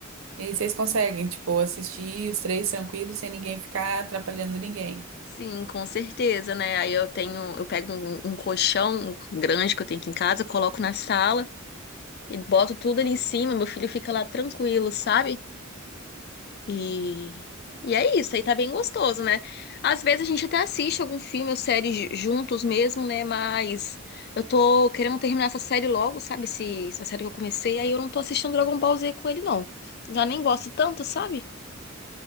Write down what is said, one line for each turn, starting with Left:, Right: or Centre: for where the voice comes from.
Right: E vocês conseguem, tipo, assistir os três tranquilos, sem ninguém ficar atrapalhando ninguém.
Left: Sim, com certeza, né? Aí eu tenho, eu pego um, um colchão grande que eu tenho aqui em casa, coloco na sala e boto tudo ali em cima. Meu filho fica lá tranquilo, sabe? E, e é isso, aí tá bem gostoso, né? Às vezes a gente até assiste algum filme ou série ju- juntos mesmo, né? Mas eu tô querendo terminar essa série logo, sabe? Esse, essa série que eu comecei, aí eu não tô assistindo Dragon Ball Z com ele, não. Já nem gosto tanto, sabe?